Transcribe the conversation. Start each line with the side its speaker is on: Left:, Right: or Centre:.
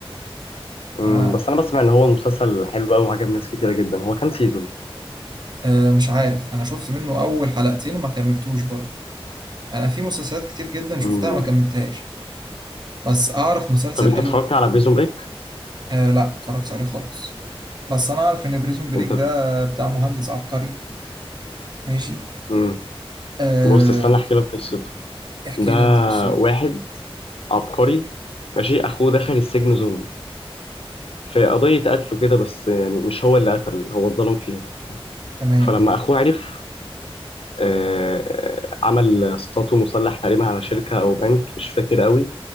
Right: انا
Left: امم بس انا بسمع ان هو مسلسل حلو قوي وعجب ناس كتيره جدا هو كام سيزون
Right: آه، مش عارف انا شفت منه اول حلقتين وما كملتوش برضه انا في مسلسلات كتير جدا شفتها
Left: امم
Right: ما كملتهاش بس اعرف مسلسل
Left: طب انت
Right: حلو
Left: اتفرجت على بريزون بريك
Right: آه لا ما اتفرجتش عليه خالص بس انا اعرف ان بريزون بريك
Left: انت
Right: ده بتاع مهندس عبقري ماشي
Left: امم
Right: آه
Left: بص استنى احكي لك قصته
Right: احكي
Left: ده
Right: لي انت قصته
Left: واحد عبقري ماشي اخوه دخل السجن ظلم في قضيه قتل كده بس يعني مش هو اللي قتل هو اتظلم فيها
Right: تمام
Left: فلما اخوه عرف آه، عمل سطو مسلح تقريبا على شركة أو بنك مش فاكر قوي